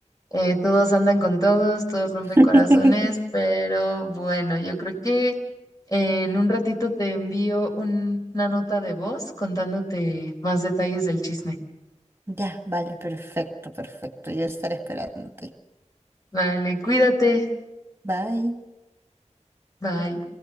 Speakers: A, on the left (about 30°); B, on the right (about 20°).
A: eh, todos andan con todos, todos rompen
B: <laughs>
A: corazones, pero bueno, yo creo que eh, en un ratito te envío un- una nota de voz contándote más detalles del chisme.
B: Ya, vale, perfecto, perfecto. Yo estaré esperándote.
A: Vale, cuídate.
B: Bye.
A: Bye.